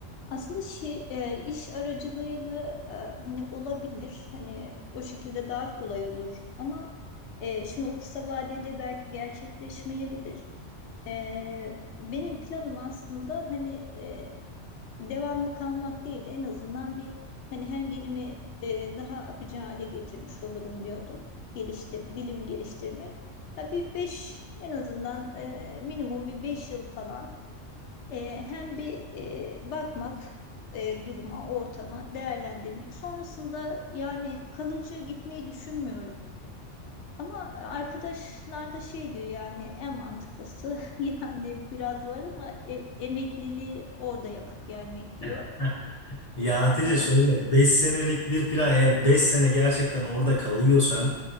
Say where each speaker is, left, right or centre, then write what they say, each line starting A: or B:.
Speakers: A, on the left; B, on the left.
A: Aslında şi, e, iş aracılığıyla e, hani olabilir. Hani o şekilde daha kolay olur. Ama e, şimdi o kısa vadede belki gerçekleşmeyebilir. E, benim planım aslında hani e, devamlı kalmak değil de en azından bir hani hem dilimi e, daha akıcı hale getirmiş olurum diyordum. Geliştir, dilimi geliştirmek. Ya bir beş en azından e, minimum bir beş yıl falan. E, hem bir e, bakmak e, duruma, ortama, değerlendirmek. Sonrasında yani kalıcı gitmeyi düşünmüyorum. Ama arkadaşlar da şey diyor yani en mantıklısı <laughs> yani biraz var ama e- emekliliği orada yapıp gelmek
B: <laughs>
A: diyor.
B: Ya
A: Yani
B: Hatice şöyle 5 senelik bir plan eğer 5 sene gerçekten orada kalıyorsan